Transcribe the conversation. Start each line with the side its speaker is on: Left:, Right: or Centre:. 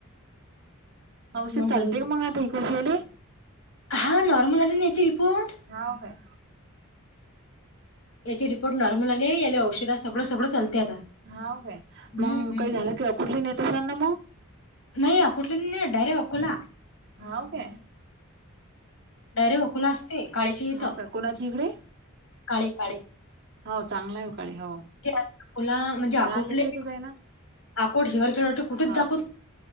Right: औषध
Left: मग
Right: चालते
Left: दोन
Right: का मग आता ह कसलेले.
Left: हां नॉर्म आलीन याची रिपोर्ट
Right: हा काय
Left: याची रिपोर्ट नॉर्मलली आहे या औषधात सगळं सगळं चालते आता
Right: हा काय
Left: हम्म
Right: मग काही झालं किवा कुठली नेत असांलना मग
Left: नाही अकोठले नाही डायरेक्ट अकोला.
Right: हा का
Left: डायरेक्ट ओकुला असते काळीची इथं
Right: हाव काय कोणाची इकडे
Left: काळी काळी
Right: हो चांगला आहे उकाडे हो.
Left: अकोला म्हणजे आकोटले
Right: लहान लेकरीचच आहे ना?
Left: आकोट हिवर खेळ कुठेच
Right: हो
Left: दाखवत.